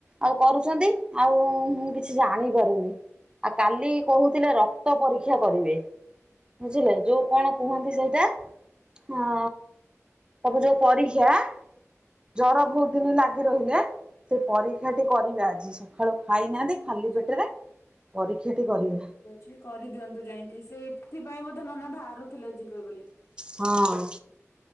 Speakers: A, on the right; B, on the left.
A: ଆଉ କରୁଚନ୍ତି ଆଉ ମୁଁ କିଛି ଜାଣି ପାରୁନି। ଆଉ କାଲି କୋହୁଥୁଲେ ରକ୍ତ ପରୀକ୍ଷା କରିବେ। ବୁଝିଲେ ଯୋଉ କଣ କୁହନ୍ତି ସେଇଟା ହଁ ସବୁ ଯୋଉ ପରୀକ୍ଷା ଜର ବୋହୁତ
B: ହୁଁ
A: ଦିନ ଲାଗିରହିଲା ସେ ପରୀକ୍ଷାଟି କରିବେ ଆଜି ସ ସଖାଳୁ ଖାଇନାହାନ୍ତି ଖାଲି
B: ଆଚ୍ଛା
A: ପେଟରେ ପରୀକ୍ଷାଟି କରିବା।
B: ଯି କରିଦିଅନ୍ତୁ ଯାଇକି ସେଇଥିପାଇଁ ବୋଧେ ନନା ବାହାରୁଥିଲେ ଯିବେ ବୋଲି।
A: ହଁଅଁ।